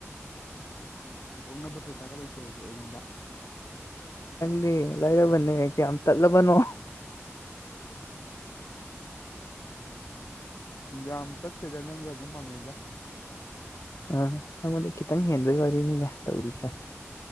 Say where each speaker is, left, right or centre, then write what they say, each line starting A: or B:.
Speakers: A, on the left; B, on the left.
A: ꯄꯨꯊꯣꯛꯅꯕ ꯄꯩꯁꯥꯒ ꯂꯩ ꯇꯦ ꯍꯧꯖꯤꯛ ꯑꯩꯉꯣꯟꯗ
B: ꯄꯦ ꯂꯥꯢꯔꯕꯅꯦ ꯀꯌꯥꯝ ꯇꯠꯂꯕꯅꯣ <inaudible>
A: <inaudible> ꯇꯠꯇꯦꯗ ꯅꯪꯒ ꯑꯗꯨꯝ ꯃꯥꯟꯅꯩꯗ
B: ꯑꯥ ꯑꯩꯉꯣꯡꯗꯩ ꯈꯤꯇꯪ ꯍꯦꯟꯗꯣꯏꯕ ꯌꯦꯅꯤꯅꯦ ꯇꯧꯔꯤꯁꯦ